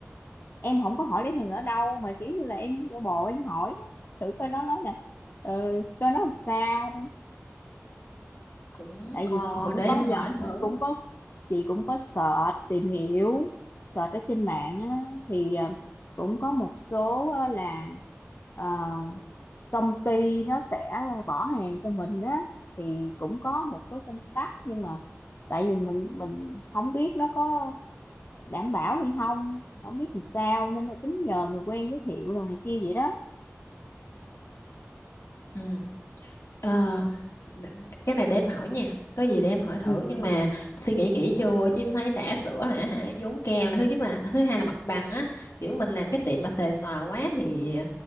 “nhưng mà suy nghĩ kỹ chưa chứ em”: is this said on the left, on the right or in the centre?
Left